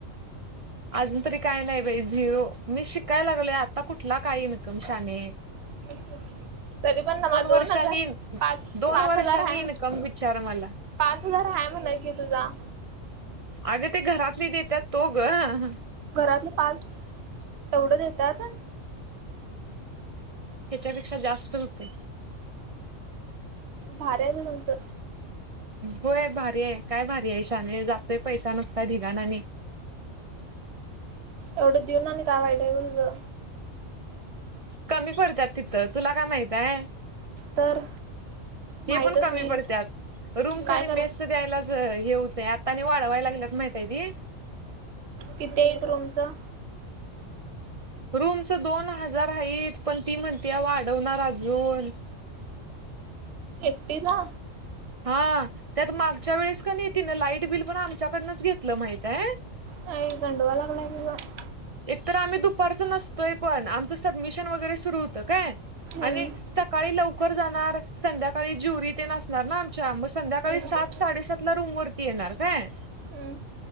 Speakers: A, on the right (about 40°); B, on the right (about 55°).
A: अजून तरी काय नाही बाई झिरो मी शिकायला, लागलोय आता कुठला काय इन्कम शाहणे.
B: <unintelligible> तरी पण ना मला दोन
A: वर्षांनी
B: हजार पाच
A: दोन
B: पाच
A: वर्षांनी
B: हजार हाय.
A: इन्कम विचार मला
B: पाच हजार हाय म्हणं की तुझा.
A: अगं ते घरातली देतात तो गं.
B: घरातले पाच तेवढं देत्यात.
A: ह्याच्यांपेक्षा जास्त होतंय.
B: भारी आहे तुमचं!
A: होय भारी आहे काय भारी शाहाणे आहे जातोय पैसा नुसता ढिगांण आणि
B: एवढं देऊन आणि काय वाईट आहे ग तुज?
A: कमी पडत्यात तिथं तुला काय माहिताय?
B: तर माहितच
A: हे पण कमी
B: नाही
A: पडत्यात रूमचं
B: काय
A: आणि मेस
B: कर
A: द्यायलाच हेहुतंय आता आणि वाढवाय लागल्यात माहिताय ती.
B: कितीय रूमचं?
A: रूमच दोन हजार आहेत पण ती म्हणती वाढवणार अजून!
B: एकटीला?
A: हा त्यात मागच्या वेळेस का नाहीेत ना लाईट बिल पण आमच्याकडनंच घेतलं माहित आहे.
B: काय गांडवाईला लागलीय की ग!
A: एकतर आम्ही दुपारच नसतोय पण आमचं सबमिशन वगैरे सुरू होतं काय!
B: हम्म
A: आणि सकाळी लव कर जाणार, संध्याकाळी ज्युरी ते नणार ना आमच्या मग संध्याकाळी
B: हम्म
A: सात साडेसात रूम वर ती येणार काय
B: हम्!